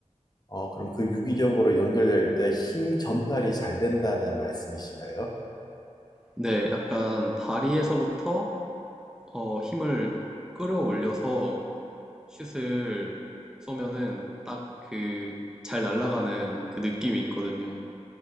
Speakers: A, on the left; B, in the centre.
A: 어, 그럼 그 유기적으로 연결될 때 힘 전달이 잘 된다는 말씀이신가요?
B: 네, 약간 다리에서부터 어, 힘을 끌어올려서 슛을 쏘면은 딱 그 잘 날아가는 그 느낌이 있거든요.